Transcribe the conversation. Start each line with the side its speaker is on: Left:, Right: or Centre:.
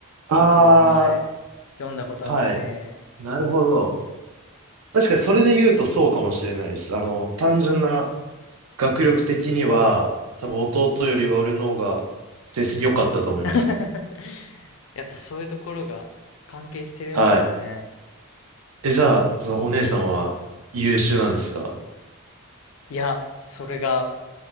Right: あ
Left: ことを前、読んだことあって
Right: ー、はい。なるほど。確かにそれで言うとそうかもしれないです。あの、単純な学力的には、多分弟よりは俺の方が成績良かったと思います。
Left: <laughs>、やっぱそういうところが関係してるんですかね。
Right: はい。え、じゃあ、そのお姉さんは優秀なんですか
Left: いや、それが、